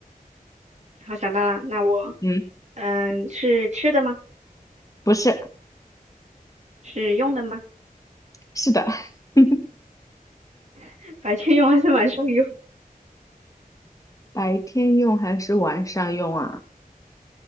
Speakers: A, on the right; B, on the left.
A: 好想到了，那我
B: 嗯，
A: 嗯是吃的吗？
B: 不是。
A: 是用的吗？
B: 是的，<laughs>
A: <laughs> 白天用还是晚上用？
B: 白天用还是晚上用啊？